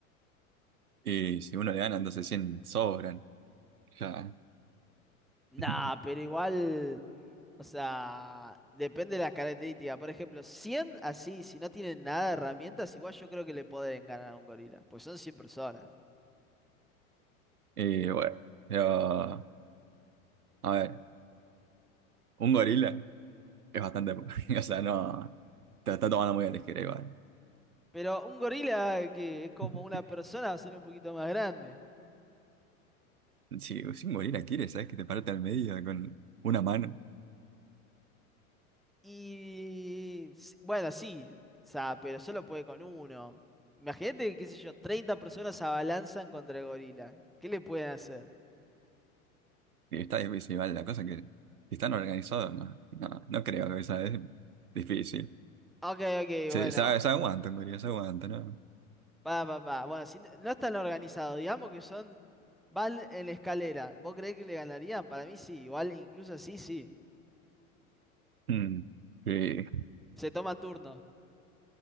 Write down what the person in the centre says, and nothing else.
Nah, pero igual. O sea, depende de las características. Por ejemplo, 100 así, si no tienen nada de herramientas, igual yo creo que le pueden ganar a un gorila, pues son cien personas.
Pero un gorila que es como
una persona va a ser un poquito más grande.
Y s- bueno, sí, o sea, pero solo puede con uno. Imagínate, qué sé yo, 30 personas se abalanzan contra el gorila. ¿Qué le pueden hacer?
Ok, ok,
bueno.
Pa, pa, pa. Bueno, si n- no están organizados, digamos que son Van en la escalera. ¿Vos creés que le ganarían? Para mí sí, igual, incluso así sí.
Se toma turno.